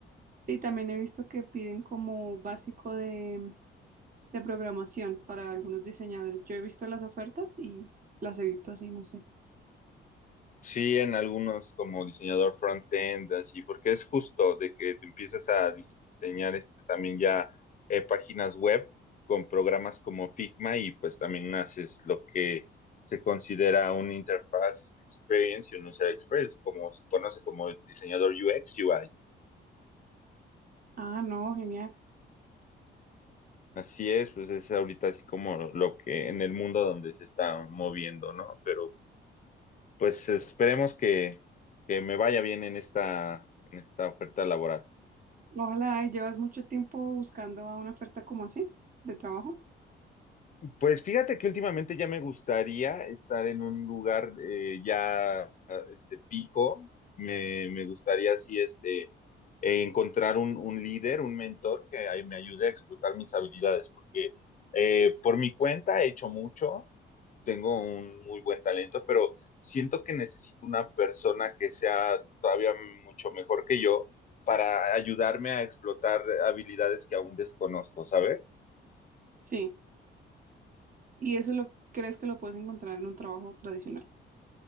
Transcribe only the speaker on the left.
Sí, en algunos como diseñador front-end, así, porque es justo de que te empiezas a diseñar este, también ya eh, páginas web con programas como Figma y pues también haces lo que se considera un interfaz experience y un user experience, como se conoce como diseñador UX, UI.
Así es, pues es ahorita así como lo lo que en el mundo donde se está moviendo, ¿no? Pero pues esperemos que, que me vaya bien en esta, en esta oferta laboral.
Pues fíjate que últimamente ya me gustaría estar en un lugar eh, ya este, fijo. Me, me gustaría así este, eh, encontrar un, un líder, un mentor que ay- me ayude a explotar mis habilidades, porque eh, por mi cuenta he hecho mucho, tengo un muy buen talento, pero siento que necesito una persona que sea todavía mucho mejor que yo para ayudarme a explotar habilidades que aún desconozco, ¿sabes?